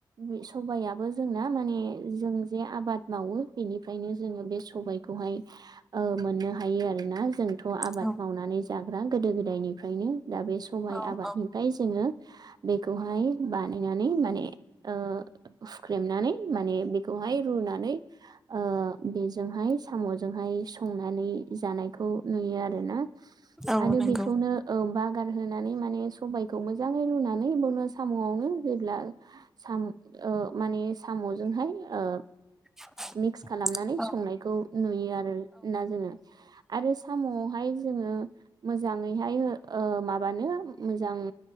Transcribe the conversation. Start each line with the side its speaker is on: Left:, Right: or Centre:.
Right: बे सबाइयाबो जोंना माने जों जे आबाद मावो बेनिफ्रायनो जोङो बे सबायखौहाय ओ मोननो हायो। आरोना जों थ' आबाद
Centre: औ
Right: मावनानै जाग्रा गोदो गोदायनिफ्रायनो दा बे सबाइ
Centre: औ
Right: टआबादनिफ्राय
Centre: औ
Right: जोङो बेखौहाय बानायनानै माने ओ हुख्रेमनानै माने बेखौ बेखौहाय रुनानै ओ बेजोंहाय साम'जोंहाय संनानै जानायखौ नुयो आरोना
Centre: औ
Right: आरो
Centre: नंगौ
Right: बेखौनो औ बागार होनानै माने सबाइखौ मोजाङै रुनानै बावनो साम'आवनो होब्ला सा ओ माने साम'जोंहाय ओ
Centre: <inaudible>
Right: मिक्स खालामनानै
Centre: औ
Right: संनायखौ नुयो आरो ना जोङो आरो साम'आवहाय जोङो। ओ मोजाङैहाय हो ओ माबानो मोजां